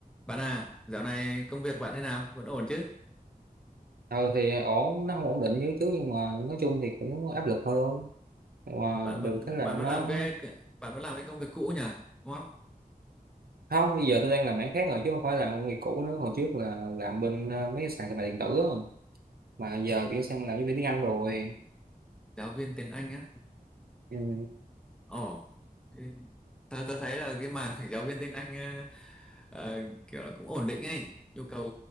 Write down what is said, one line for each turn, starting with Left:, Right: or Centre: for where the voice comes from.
Centre: Bạn à, dạo này công việc bạn thế nào? Vẫn ổn chứ?
Right: ờ thì ổn nó không ổn định như trước nhưng mà nói chung thì cũng áp lực hơn mà
Centre: Bạn vẫn
Right: được cái là
Centre: bạn
Right: nó
Centre: vẫn làm cái cái- bạn vẫn làm cái công việc cũ nhỉ? Đúng không?
Right: không bây giờ tôi đang làm mảng khác rồi chứ không phải là công việc cũ nữa hồi trước là làm bên ờ, mấy cái sàn thương mại điện tử á. mà giờ chuyển sang làm nhân viên tiếng Anh rồi
Centre: Giáo viên tiếng Anh á.
Right: ừ.
Centre: Ồ. ừ. Tớ tớ thấy là cái mảng <laughs> phải giáo viên tiếng Anh ờ, ờ, kiểu là cũng ổn định ấy, yêu cầu